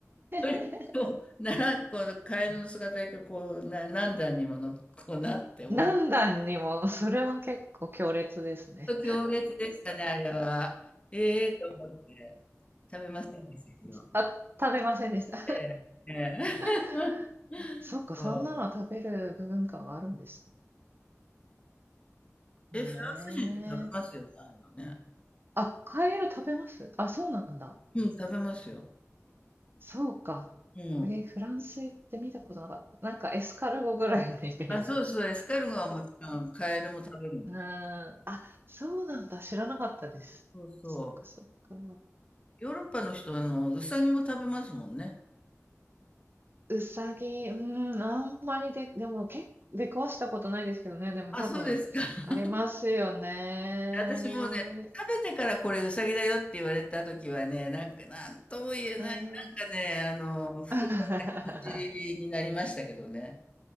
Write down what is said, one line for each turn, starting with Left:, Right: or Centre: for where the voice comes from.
Right: え。
Left: <laughs> こう、なら、このカエルの姿焼きがこう、な、何段にもの、こうなって、おい、
Right: 何段にも、それは結構強烈ですね。
Left: 強烈でしたね、あれは。ええと思って、食べませんでしたけど。
Right: あ、食べませんでした。
Left: ええ、ええ。
Right: <laughs>
Left: <laughs>
Right: そっか、
Left: そう。
Right: そんなの食べる文化があるんですね。
Left: え、フランス人って食べますよね、ああいうのね。
Right: あ、カエル食べます？あ、そうなんだ。
Left: うん、食べますよ。
Right: そうか。
Left: うん。
Right: え、フランス行って見たことなかった。なんかエスカルゴぐらいのイメージでした。
Left: あ、そうそう、エスカルゴはもちろん、カエルも食べるんです。
Right: うーん。あ、そうなんだ。知らなかったです。
Left: そうそう。
Right: そっかそっか。
Left: ヨーロッパの人は、あの、ウサギも食べますもんね。
Right: うさぎ、うーん、あんまりで、でも結構出くわしたことないですけどね。でも多分、
Left: あ、そうですか。<laughs>
Right: ありますよね。
Left: 私もうね、食べてからこれウサギだよって言われた時はね、なんか、なんとも言えない、
Right: うん。
Left: なんかね、あの、腹
Right: <laughs>
Left: 持ちになりましたけどね。